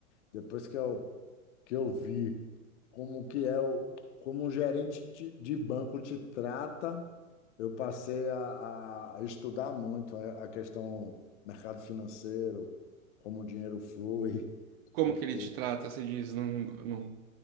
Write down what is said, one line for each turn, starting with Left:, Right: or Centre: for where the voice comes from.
Left: depois que eu que eu vi como que é o- como um gerente te- de banco te trata, eu passei a, a- a estudar muito a, a questão mercado financeiro, como o dinheiro flui, <laughs>
Right: Como
Left: porque
Right: que ele te trata? Você diz, não, não,